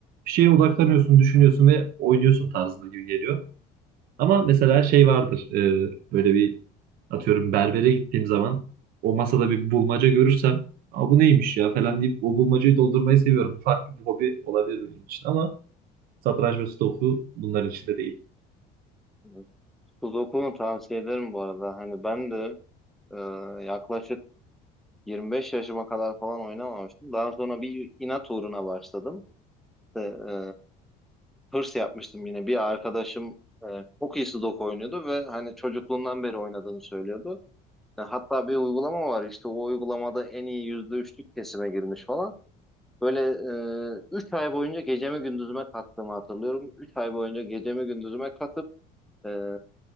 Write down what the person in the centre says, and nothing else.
<laughs> Sudoku'nun tavsiye ederim bu arada. Hani ben de e, yaklaşık 25 yaşıma kadar falan oynamamıştım. Daha sonra bir inat uğruna başladım. İşte, e, hırs yapmıştım yine. Bir arkadaşım e, çok iyi Sudoku oynuyordu ve hani çocukluğundan beri oynadığını söylüyordu. E, hatta bir uygulama var işte o uygulamada en iyi yüzde üçlük kesime girmiş falan. Böyle e, 3 ay boyunca gecemi gündüzüme kattığımı hatırlıyorum. 3 ay boyunca gecemi gündüzüme katıp e,